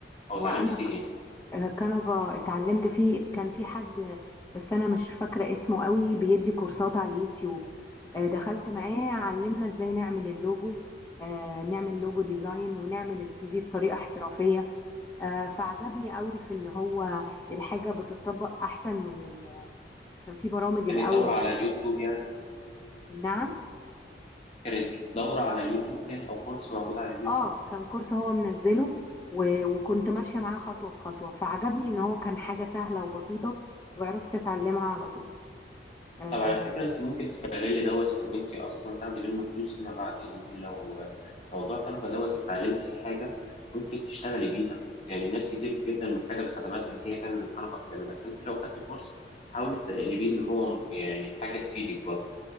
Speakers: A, on the left; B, on the left.
A: او
B: هو
A: اتعلمت
B: انا
A: فيه ايه
B: آه، كانفا اتعلمت فيه كان في حد بس انا مش فاكره اسمه قوي بيدي كورسات على اليوتيوب آه، دخلت معاه علمنا ازاي نعمل اللوجو آه، نعمل لوجو ديزاين ونعمل السي في بطريقه احترافيه آه، فعجبني قوي في ان هو الحاجه بتطبق احسن من ال... كان في برامج الاول
A: كانت دوره على
B: اللي...
A: اليوتيوب يعني
B: نعم
A: كانت دوره على اليوتيوب يعني او كورس موجود على اليوتيوب
B: اه كان كورس هو منزله و... وكنت ماشيه معاه خطوه بخطوه فعجبني ان هو كان حاجه سهله وبسيطه وعرفت اتعلمها على طول آه،
A: طب على فكرة انت ممكن تستغلي دوت في ان انت اصلا تاخدي منه فلوس فيما بعد يعني انت لو موضوع كانفا دوت استعلمتي فيه حاجة ممكن تشتغلي بيها يعني ناس كتير جدا محتاجة الخدمات اللي هي فعلا الكنفا بتعملها فانت لو خدتي كورس حاولي تقلبيه ان هو يعني حاجة تفيدك برضه